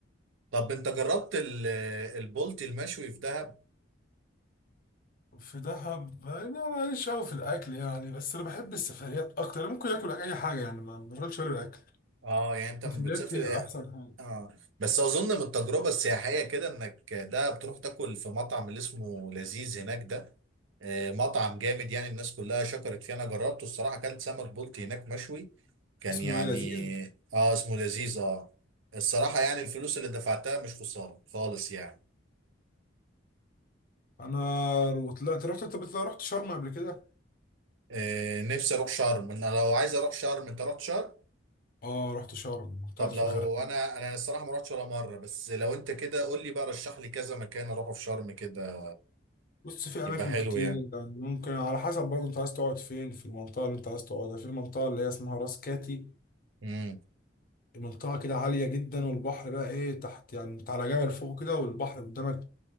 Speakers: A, on the right (about 85°); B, on the left (about 45°).
A: طب انت جربت ال- البولتي المشوي في دهب
B: في دهب يعني انا ماليش قوي في الاكل يعني بس انا بحب السفريات اكتر انا ممكن اكل اي حاجه يعني ما بشغلش بالي بالاكل
A: اه يعني انت لما
B: السفريات
A: بتسافر
B: هي احسن حاجه
A: اه بس اظن من التجربه السياحيه كده انك ده بتروح تاكل في مطعم اللي اسمه لذيذ هناك ده آه، مطعم جامد يعني الناس كلها شكرت فيه انا جربته الصراحه اكلت سمك بلطي هناك مشوي كان
B: اسمه
A: يعني
B: ايه لذيذ
A: اه اسمه لذيذ اه الصراحه يعني الفلوس اللي دفعتها مش خساره خالص يعني
B: انا طلعت رحت انت بتطلع- رحت شرم قبل كده
A: آه نفسي اروح شرم انا لو عايز اروح شرم انت رحت شرم
B: اه رحت شرم كنت
A: طب
B: قاعد في
A: لو
B: الغرقان
A: انا انا الصراحه ما رحتش ولا مره بس لو انت كده قول لي بقى رشح لي كذا مكان اروحه في شرم كده
B: بص في
A: يبقى
B: اماكن
A: حلو
B: كتير يعني ممكن على حسب برضه انت عايز تقعد فين في المنطقه اللي انت عايز تقعدها في المنطقه اللي هي اسمها راس كاتي
A: يعني
B: المنطقة كده عالية جدا والبحر بقى ايه تحت يعني انت على جبل فوق كده والبحر قدامك